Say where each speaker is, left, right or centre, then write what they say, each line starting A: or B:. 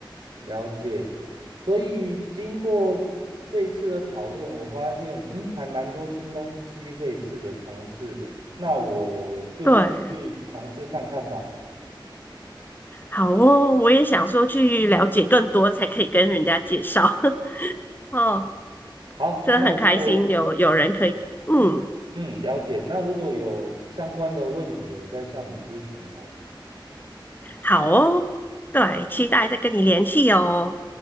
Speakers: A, on the right (about 70°); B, on the left (about 25°).
A: 了解。所以经过这一次的讨论，我发现嗯，还蛮多新东西可以试着尝试的。那我就先去尝试看看吧。
B: 对，好哦，我也想说去了解更多，才可以跟人家介绍，<laughs> 哦。
A: 好，
B: 真的很开心有有人可以，
A: 那如果
B: 嗯，
A: 嗯了解，那如果有相关的问题，我再向你咨询好了。
B: 好哦，对，期待再跟你联系哦。